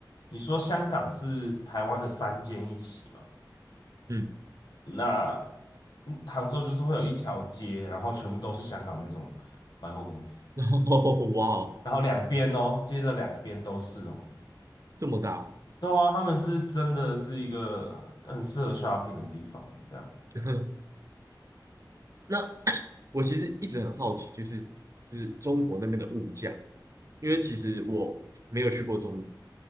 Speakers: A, on the left; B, on the right.
A: 你说香港是台湾的三间一起嘛，
B: 嗯，
A: 那嗯杭州就是会有一条街，然后全部都是香港那种百货公司，
B: <laughs> 哇哦，
A: 然后两边哦，街的两边都是哦，
B: 这么大。
A: 对啊，他们是真的是一个很适合 shopping 的地方，这样
B: <laughs> 那我其实一直很好奇，就是就是中国那边的物价，因为其实我没有去过中国。